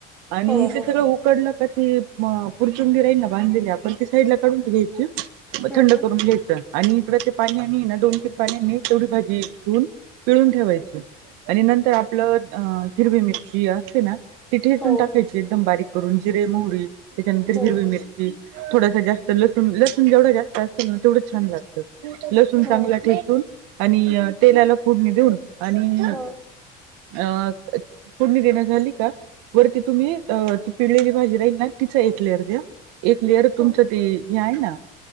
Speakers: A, on the right (about 90°); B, in the centre.
A: आणि
B: हो, हो.
A: ते सगळं उकडलं का ती पुरचुंडी राहील ना बांधलेली आपण ती साईड ला काढून ठेवायची.
B: हं,
A: थंड
B: हं.
A: करून घ्यायचं आणि इकडं ते पाणी आणि ना दोन- तीन पाणी आणि तेवढी भाजी धुून पिळून ठेवायचे. आणि नंतर आपलं अ हिरवी मिरची असते ना ती ठेचून
B: हो,
A: टाका
B: हो.
A: एकदम बारीक करून जिरे, मोहरी त्याच्यानंतर
B: हो,
A: हिरवी
B: हो.
A: मिरची थोडसा जास्त तर लसून, लसून जेवढा जास्त असेल ना तेवढं छान लागत. लसूण चांगला
B: हो,
A: ठेचून आणि तेलाला फोडणी देऊन आणि
B: हो.
A: अ पूर्ण देना झाली का वरती तुम्ही अ पिलेची भाजी राहील ना तिचा एक लेयर द्या एक लेअर तुमचं
B: हं.
A: ते आहे ना